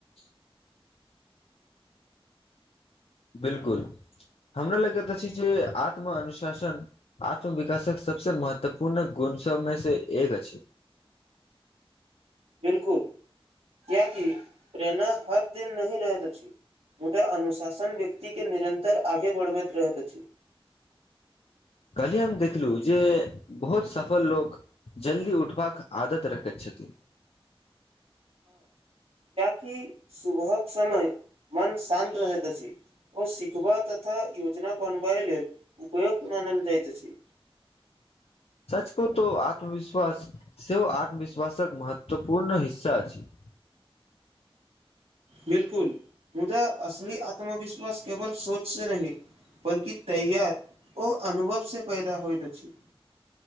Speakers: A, on the left (about 80°); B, on the right (about 75°).
A: <inaudible> बिलकुल हमरा लगैत अछि जे आत्मअनुशासन आत्मविकासक सबस महत्वपूर्ण गुण सभमे से एक अछि
B: बिलकुल किये की प्रेरणा हर दिन नहि रहैत अछी मुदा अनुशासन व्यक्तिके निरन्तर आगे बढ़बैत रहैत अछि
A: कल्ही हम देखलौ जे बहुत सफल लोक जल्दी उठबाक आदत रखैत छथि
B: कि सुबहक समय मन शान्त रहैत अछि ओ सिखबा तथा योजना बनबै लेल उपयोक्त मानल जाइत अछि
A: <inaudible> सच कहू तऽ आत्मविश्वास सेहो आत्मविश्वासक महत्वपूर्ण हिस्सा अछि <inaudible>
B: बिलकुल मुदा असली आत्मविश्वास केवल सोच से नहि बल्कि तैयार ओ अनुभव से पैदा होइत अछि